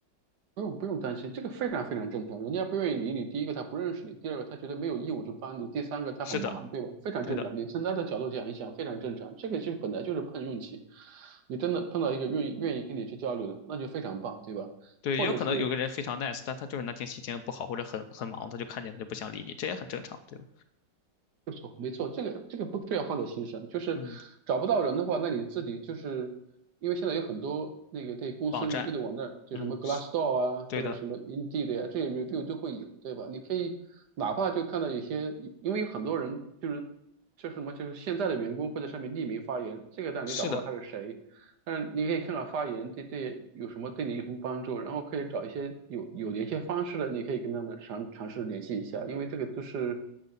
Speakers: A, on the right (about 65°); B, on the left (about 70°).
A: 不用不用担心，这个非常非常正常。人家不愿意理你，第一个他不认识你，第二个他觉得没有义务去帮你，第三个他很忙，
B: 是的，
A: 对吧？非常正常。
B: 对的。
A: 你从他的角度讲一想，非常正常。这个就本来就是碰运气，你真的碰到一个愿意愿意跟你去交流的，那就非常棒，对吧？
B: 对，
A: 或者是
B: 也有可能有个人非常 nice，但他就是那天心情不好或者很很忙，他就看见他就不想理你，这也很正常，对吧？
A: 错没错，这个这个不需要放在心上，就是找不到人的话，
B: 嗯，
A: 那你自己就是因为现在有很多那个对公司
B: 网站，
A: review 的网站，就什么
B: 嗯，
A: Glassdoor
B: 是
A: 啊，
B: 对的，
A: 或者什么 Indeed 呀、这些 review 都会有，对吧？你可以哪怕就看到有些，因为有很多人就是就是什么，就是现在的员工会在上面匿名发言，这个当然你找不到他是谁，
B: 是的。
A: 但是你可以看看发言对对有什么对你有什么帮助，然后可以找一些有有联系方式的，你可以跟他们尝尝试联系一下，因为这个就是